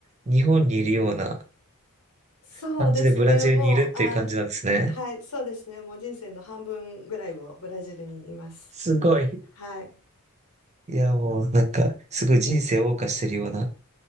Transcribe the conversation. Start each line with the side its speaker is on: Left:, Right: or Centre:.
Right: 日本にいるような
Left: そうですね。
Right: 感じでブラジルにいるっていう感じなんですね。
Left: もう、あの、はい、そうですね。もう人生の半分ぐらいをブラジルにいます。
Right: すごい。
Left: はい。
Right: いや、もうなんか、すごい人生を謳歌してるような。